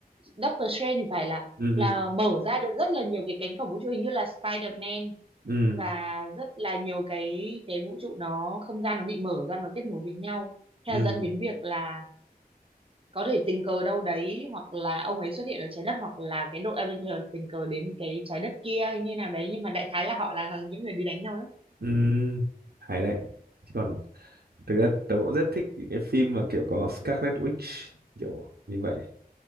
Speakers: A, on the right (about 35°); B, on the right (about 80°).
A: Doctor Strange thì phải là
B: Ừ.
A: là
B: Ừ.
A: mở ra được rất là nhiều cái cánh cổng vũ trụ hình như là Spider-Man
B: Ừ.
A: và rất là nhiều cái cái vũ trụ nó không gian nó bị mở ra nó kết nối với nhau theo
B: ừ
A: dẫn đến việc là có thể tình cờ đâu đấy hoặc là ông ấy xuất hiện ở trái đất hoặc là cái đội Avenger tình cờ đến cái trái đất kia hay như nào đấy nhưng mà đại khái là họ là những người đi đánh nhau đấy
B: ừ hay đấy Chứ còn thực ra tớ cũng rất thích những cái phim mà kiểu có Scarlet Witch kiểu như vậy